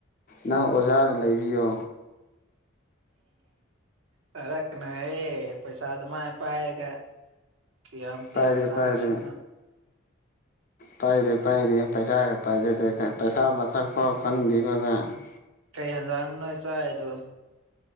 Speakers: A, on the left; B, on the right.
A: ꯅꯪ ꯑꯣꯖꯥꯅ ꯂꯩꯕꯤꯌꯣ
B: ꯐꯔ <unintelligible> ꯀꯅ <unintelligible> ꯍꯦ ꯄꯩꯁꯥ ꯑꯗꯨꯃꯥꯏ ꯄꯥꯏꯔꯒ ꯀꯤꯌꯥꯝ ꯀꯤꯌꯥꯝ
A: ꯄꯥꯏꯗꯦ
B: ꯂꯥꯛꯁꯤꯗꯅ
A: ꯄꯥꯏꯗꯦ ꯄꯥꯏꯗꯦ ꯄꯥꯏꯗꯦ ꯄꯩꯁꯥꯒ ꯄꯥꯏꯖꯗꯦ ꯄꯩꯁꯥ ꯃꯁꯛ ꯐꯥꯎ ꯈꯪꯗꯦ ꯈꯣꯏ ꯈ <unintelligible>
B: ꯀꯩ ꯍꯖꯥꯡꯅꯣꯏ ꯆꯥꯏꯗꯣ